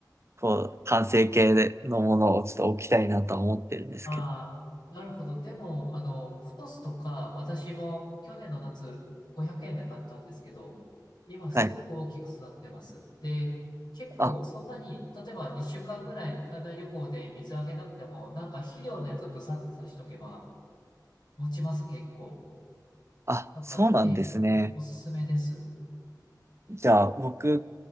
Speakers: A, on the right; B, on the left.
A: こう、完成形のものをちょっと置きたいなとは思ってるんですけど。
B: ああ、なるほど。でも、あの、プトスとか、私も去年の夏500円で買ったんですけど、今すごく大きく育ってます。
A: はい。
B: で、結構そんなに、
A: あ、
B: 例えば2週間ぐらい海外旅行で水あげなくても、なんか肥料のやつブサってさしとけば持ちます結構。
A: あ、
B: だから、
A: そうなんですね。
B: ええ、おすすめです。
A: じゃあ、僕、